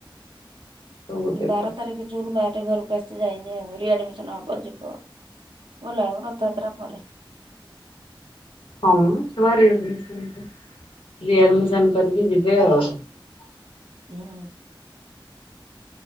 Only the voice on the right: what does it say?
ଉଁ ବାର
ତାରିଖି। ଜୁନ ମାରେ ଘରକୁ ଆସିେ ଯାଇନି ଆହୁ ରିଆଡମିସନ ହବ ଯିବ ଭଲ ଆମର ରଥଯାତ୍ରା ପରେ
ଉୁଁ ହୁଁ।